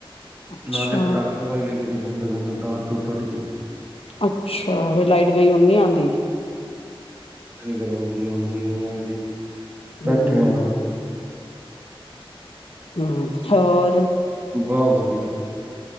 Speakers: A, on the left; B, on the right.
A: ਅੱਛਾ
B: ਨਾਲੇ ਪਟਾਕੇ ਵਜ ਗੇ ਗੁੰਮਬੇ ਗੁੰਮੇ ਤਾਰ ਤੂਰ ਟੁਟ ਗੀ ਕੇ
A: ਅੱਛਾ ਫ ਲਾਈਟ ਗਈ ਨੀ ਆਂਦੀ।
B: ਕਦੋਂ ਆਂਦੀ ਆਂਦੀ ਨ ਆਂਦੀ ਬੈਠੇ
A: ਹੂੰ
B: ਆ
A: ਹਮ ਹੋਰ?
B: ਬਹੁ ਵਧੀਆ।